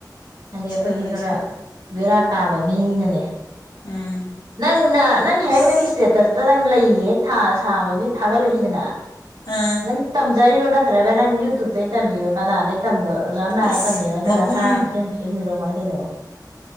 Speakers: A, on the right; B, on the left.
A: ꯑꯗ
B: ꯇꯩꯁꯜꯂꯣ
A: ꯑꯩꯣꯏꯗꯤ
B: ꯇꯩꯁꯜꯂꯣ
A: ꯈꯔ ꯔꯥꯠ ꯀꯥꯕ ꯃꯤꯅꯤꯅꯅꯦ
B: ꯎꯝ
A: ꯅꯪꯅ ꯅꯪ ꯍꯦꯛ
B: ꯑꯁ
A: ꯅꯪ ꯏꯁꯇꯦꯇꯁꯇ ꯅꯪ ꯂꯩ ꯍꯦꯛ ꯊꯥ ꯁꯥꯕꯒꯤ ꯊꯥꯒꯠꯂꯛꯏꯗꯅ ꯇ
B: ꯑꯥ
A: ꯅ ꯇꯝ ꯆꯔꯣ ꯅꯠꯇ꯭ꯔꯒ ꯅꯪ ꯌꯨꯇꯨꯕꯇꯩ ꯇꯝꯕꯤꯌꯣ ꯀꯅꯥꯗ ꯇꯝꯃꯤꯌꯣ ꯑꯣꯖꯅꯥꯔꯦ
B: ꯑꯁ
A: ꯃꯦꯔ ꯇꯗꯅ
B: ꯃꯍꯨꯝ
A: ꯁꯥꯟ ꯄꯨꯣꯛꯁꯦ ꯐꯦ ꯃꯣ ꯀ ꯀꯩꯅꯣ